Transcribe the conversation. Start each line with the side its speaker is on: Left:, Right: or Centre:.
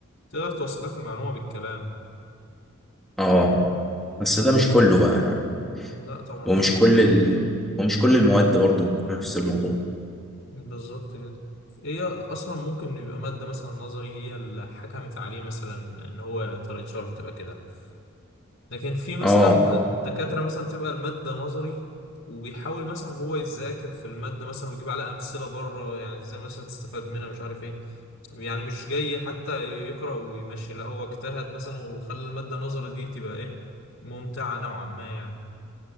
Left: تقدر توصلك المعلومة بالكلام
Centre: اه بس ده مش كله بقى يعني
Left: مم، لا طبعا
Centre: ومش
Left: مش كله
Centre: كل ال... ومش كل المواد برضه نفس الموضوع
Left: بالظبط كده هي اصلا ممكن يبقى ماده مثلا نظري هي اللي حكمت عليه مثلا ان هو طريقه شرحه تبقى كده لكن في مثلا
Centre: اه
Left: دكاتره مثلا بتبقى الماده نظري وبيحاول مثلا هو يذاكر في الماده مثلا ويجيب عليها امثله بره يعني ازاي مثلا تستفاد منها مش عارف ايه يعني مش جاي حتى يقرا ويمشي لا هو اجتهد مثلا وخلى الماده النظري دي تبقى ايه ممتعه نوعا ما يعني